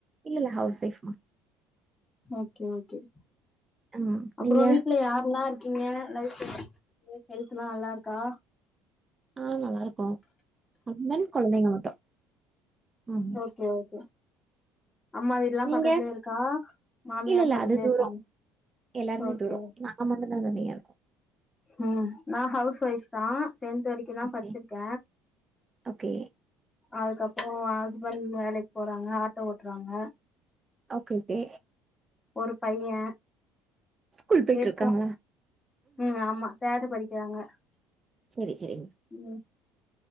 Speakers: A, on the right (about 25°); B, on the left (about 20°).
A: இல்ல ல்ல ஹவுஸ் வைஃப் மா
B: ஓகே ஓகே
A: ம்
B: அப்றொ
A: நீங்க
B: வீட்ல யாரெல்லா நீங்க ஹெல்த்து உங்க ஹெல்த்து எல்லா நல்லா இருக்கா
A: ஆ நல்லா இருக்கோ ஹஸ்பண்ட் கொழந்தைங்க மட்டு ம்
B: சேர் ஓகே அம்மா வீடுல்லா
A: நீங்க
B: பக்கத்துலயே இருக்கா மாமியார்
A: இல்ல இல்ல
B: பக்கத்துலயே
A: அது தூரோ
B: இருக்காங்க
A: எல்லாருமே
B: ஓகே
A: தூரோ நா நா மட்டுந்தா தனியா இருக்கோ
B: ம் நா ஹவுஸ் ஒயஃப் தா டென்த் வரைக்கு தா
A: ஓகே
B: படிச்சிருக்க
A: ஓகே
B: அதுக்கப்புறோ ஹஸ்பண்ட் வேலைக்கு போறாங்க ஆட்டோ ஓட்டுறாங்க
A: ஓகே ஓகே
B: ஒரு பைய
A: ஸ்கூல் போயிட்டு
B: இருக்கோ
A: இருக்காங்ளா
B: ம் ஆமா தேர்டு படிக்கிறாங்க
A: செரி செரி
B: ம்